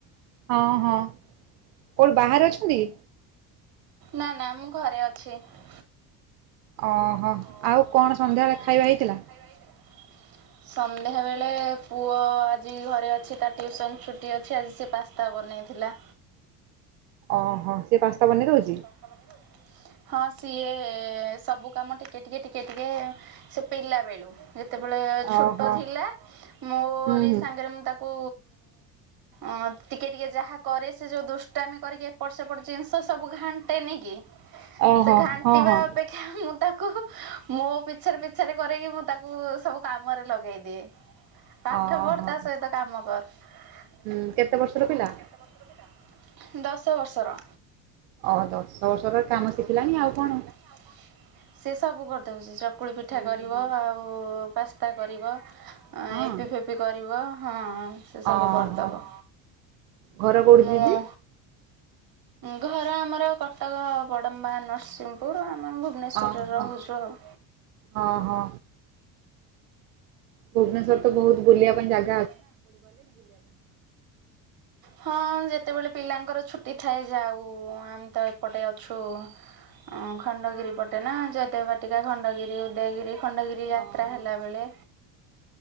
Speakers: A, on the right; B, on the right.
A: ହଁ ହଁ କୋଉଠି ବାହାରେ ଅଛନ୍ତି କି?
B: ନା ନା ମୁଁ ଘରେ ଅଛି। ଓହୋ
A: ଓହୋ
B: ଆଉ
A: ସନ୍ଧ୍ୟାବେଳେ
B: କଣ ସନ୍ଧ୍ୟା ବେଳେ
A: ଖାଇବା ହେଇଥିଲା?
B: ଖାଇବା ହେଇଥିଲା? ସନ୍ ନ୍ଧ୍ୟାବେଳେ ପୁଅ ଆଜି ଘରେ ଅଛି ତା ଟିଉସନ୍ ଛୁଟି ଅଛି ଆଜି ସେ ପାସ୍ତା ବନେଇଥିଲା।
A: ଅହୋ ସେ ପାସ୍ତା ବନେଇକି ଦଉଛି?
B: <unintelligible> ହଁ ସିଏ ସବୁ କାମ ଟିକେ ଟିକେ ଟିକେ ଟିକେ ସେ ପିଲା ବେଳୁ। ଯେତେବେଳେ ଛୋଟ
A: ଓହୋ
B: ଥିଲା ମୋରି
A: ହୁଁ ହୁଁ
B: ସାଙ୍ଗରେ ମୁଁ ତାକୁ ଅଁ ଟିକେ ଟିକେ ଯାହା କରେ ସେ ଯୋଉ ଦୁଷ୍ଟାମି କରିକି ଏପଟ ସେପଟ ଜିନିଷ ସବୁ ଘା ଟେନି କି
A: ଓହୋ
B: ସେ ଘାଣ୍ଟିବା
A: ହଁ ହଁ
B: ଅପେକ୍ଷା ମୁ ତାକୁ ମୋ ପିଛାରେ ପିଛାରେ କରେଇକି ମୁଁ ତାକୁ ସବୁ କାମରେ ଲଗେଇ ଦିଏ। ପାଠ
A: ଓହୋ
B: ପଢ ତା ସହିତ କାମ କର।
A: ହୁଁ କେତେ ବର୍ଷର ପିଲା?
B: ଦଶ ବର୍ଷର।
A: ଓ ଦଶ ବର୍ଷର କାମ ଶିଖିଲାଣି
B: <inaudible>
A: ଆଉ କଣ?
B: ସେ ସବୁ କରିଦଉଛି ଚକୁଳି ପିଠା
A: ହୁଁ
B: କରିବ
A: ହୁଁ।
B: ଆଉ ପାସ୍ତା କରିବ।
A: ହଁ
B: ଏପି ଫିପି କରିବ ହଁ। ସେ ସବୁ
A: ଓହୋ
B: କରିଦବ।
A: ଘର କୋଉଠି
B: ମୁଁ
A: ଦିଦି?
B: ଘର ଆମର କଟକ ବଡମ୍ବା ନରସିଂହପୁର। ଆମ ଆମେ ଭୁବନେଶ୍ଵରରେ
A: ଓହୋ
B: ରହୁଛୁ ଆଉ।
A: ଓହୋ। ଭୁବନେଶ୍ଵର ତ ବହୁତ ବୁଲିବା ପାଇଁ ଯାଗା
B: <inaudible> ହଁ। ଯେତେବେଳେ ପିଲାଙ୍କର ଛୁଟି ଥାଏ ଯାଉ। ଆମେ ତ ଏପଟେ ଅଛୁ ହ ଖଣ୍ଡଗିରି ପଟେ ନା ଜୟଦେବ୍ ବାଟିକା ଖଣ୍ଡଗିରି ଉଦୟଗିରି ଖଣ୍ଡଗିରି
A: ହଁ
B: ଯାତ୍ରା
A: ହଁ।
B: ହେଲାବେଳେ।